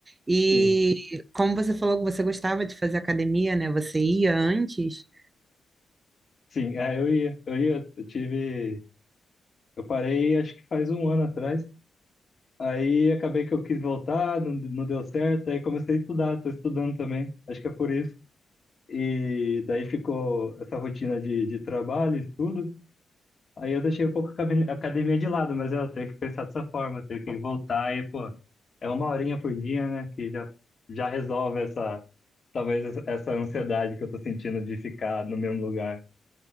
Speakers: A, on the right (about 30°); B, on the left (about 45°).
A: E
B: Sim,
A: como você falou que você gostava de fazer academia, né? Você ia antes.
B: sim, é, eu ia, eu ia, eu tive, eu parei acho que faz um ano atrás Aí acabei que eu quis voltar, não, não deu certo, aí comecei a estudar, tô estudando também, acho que é por isso. E daí ficou essa rotina de, de trabalho, estudo. Aí eu deixei um pouco a academ- a academia de lado, mas eu tenho que pensar dessa forma, tenho que voltar e, pô, é uma horinha por dia, né, que já, já resolve essa, talvez essa ansiedade que eu tô sentindo de ficar no mesmo lugar.